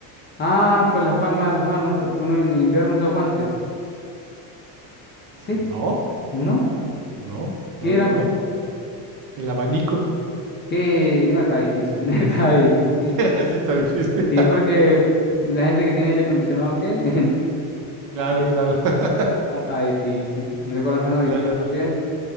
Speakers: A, on the left (about 25°); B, on the right (about 45°).
A: Ah, pues las palmas de las manos, porque uno en invierno usa guantes. ¿Sí?
B: No,
A: ¿No?
B: no,
A: ¿Qué
B: no, no,
A: era?
B: no. El abanico.
A: Que no, está difícil, <laughs> está difícil.
B: <laughs> Sí, está difícil.
A: Sí, porque la gente que tiene aire acondicionado, ¿qué? <laughs>
B: Claro,
A: Eh,
B: claro. <laughs>
A: ah, está difícil. Me tocó lanzar una difícil
B: Bueno,
A: también.
B: bueno,